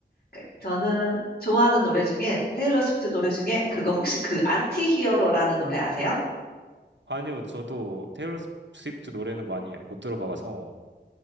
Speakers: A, on the left (about 55°); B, on the right (about 75°).
A: 그러니까 저는 좋아하는 노래 중에 테일러 스위프트 노래 중에 그거 혹시 그 안티 히어로라는 노래 아세요?
B: 아니요, 저도 테일러 스위프트 노래는 많이 못 들어봐서